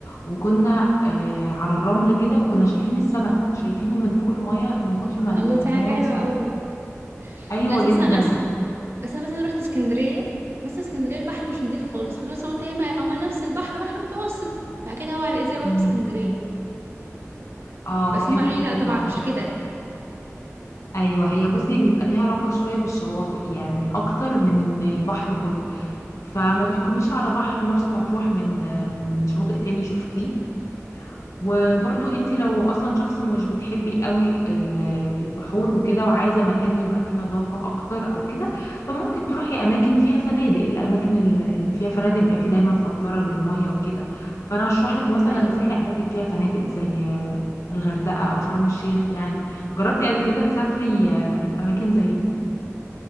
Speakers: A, on the left; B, on the right.
A: وكنا آه على الرمل كده وكنا شايفين السمك شايفينه من فوق الميه من كتر ما ال-
B: الله
A: الميه
B: دي حاجة حلوة
A: صافيه
B: قوي
A: ايوه
B: لا أساسا
A: جدا
B: أصل بس أنا مثلا رحت اسكندرية مثلا اسكندرية البحر مش نضيف خالص فأنا مثلا قلت هي ما هو نفس البحر بحر متوسط فأكيد هو هلاقيه زي بحر
A: امم
B: اسكندرية
A: اه
B: بس
A: فهمت
B: هم قالوا
A: وجهه
B: لي لا طبعا
A: نظرك
B: مش كده
A: ايوه هي بصي بيبقى ليها علاقه شويه بالشواطئ يعني اكتر من ان البحر كله فما تحكميش على بحر مرسى مطروح من من شاطئ تاني شفتيه وبرضو
B: مم.
A: انت لو اصلا شخص مش بتحبي قوي ال- البحور وكده وعايزه مكان يبقى فيه نظافه اكتر او كده فممكن تروحي اماكن فيها فنادق الاماكن ال- اللي فيها فنادق بيبقى فيه دايما فلتره للميه وكده فانا اشرح لك مثلا
B: أيوة
A: تروحي
B: صح
A: اماكن فيها فنادق زي الغردقه او شرم الشيخ يعني جربتي قبل كده تسافري آه، اماكن زي دي